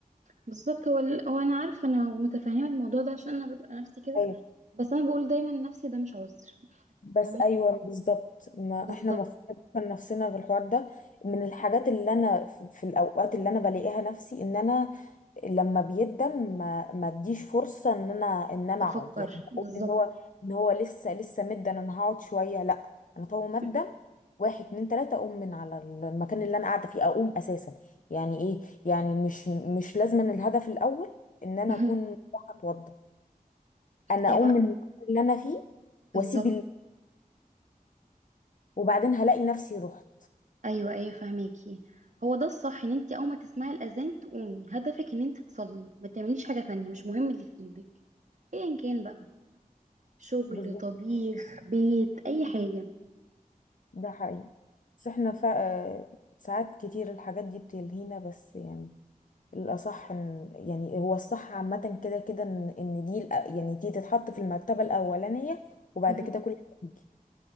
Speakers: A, on the right; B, on the left.
A: بالظبط هو ال- هو انا عارفه انا متفهمه الموضوع ده عشان انا ببقى نفسي كده
B: أيوة
A: بس انا بقول دايما نفسي ده مش عذر
B: بس
A: تمام
B: أيوه بالظبط ما
A: بالظبط
B: إحنا المفروض نفكر نفسنا في الحوار ده من الحاجات اللي أنا في في الأوقات اللي أنا بلاقيها نفسي إن أنا لما بيقدم ما ما اديش فرصه ان انا ان انا
A: افكر
B: اقعد يعني اقول
A: بالظبط
B: ان هو ان هو لسه لسه مدن انا هقعد شويه لا انا طول ما ادم
A: مهم.
B: واحد اتنين تلاته اقوم من على المكان اللي انا قاعده فيه اقوم اساسا يعني ايه يعني مش مش لازما الهدف الاول ان انا
A: مهم.
B: اكون رايحة اتوضى انا
A: ايوه
B: اقوم من المكان اللي انا فيه واسيب
A: بالظبط
B: ال... وبعدين هلاقي نفسي رحت
A: ايوه ايوه فهماكي هو ده الصح ان انت اول ما تسمعي الاذان تقومي هدفك ان انت تصلي ما تعمليش حاجه تانية مش مهم اللي في ايدك ايا كان بقى شغل
B: بالظبط
A: طبيخ بيت اي حاجه
B: ده حقيقي بس احنا فا... ساعات كتير الحاجات دي بتلهينا بس يعني الأصح إن يعني هو الصح عامة كده كده إن إن دي الأ- يعني دي تتحط في المرتبة الأولانية وبعد
A: مهم.
B: كده كل حاجة تيجي